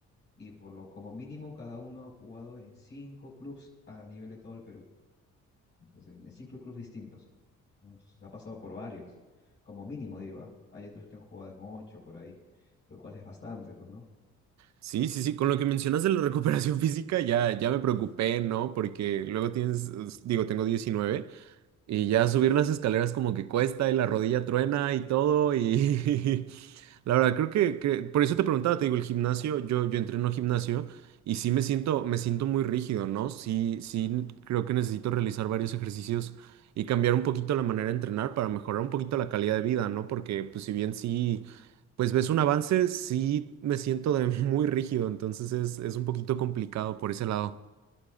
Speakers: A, on the left; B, on the right.
A: y por lo como mínimo cada uno ha jugado en cinco clubes a nivel de todo el Perú. Entonces, en cinco clubes distintos. Entonces, ha pasado por varios, como mínimo, digo, ¿ah? Hay otros que han jugado en ocho por ahí, lo cual es bastante, pues, ¿no?
B: Sí, sí, sí. Con lo que mencionas de la recuperación <laughs> física, ya, ya me preocupé, ¿no? Porque luego tienes, digo, tengo 19. Y ya subir las escaleras como que cuesta y la rodilla truena y todo. Y <laughs> la verdad, creo que, que- por eso te preguntaba, te digo, el gimnasio, yo, yo entreno gimnasio y sí me siento, me siento muy rígido, ¿no? Sí, sí, creo que necesito realizar varios ejercicios y cambiar un poquito la manera de entrenar para mejorar un poquito la calidad de vida, ¿no? Porque pues si bien sí, pues ves un avance, sí me siento de <laughs> muy rígido, entonces es, es un poquito complicado por ese lado.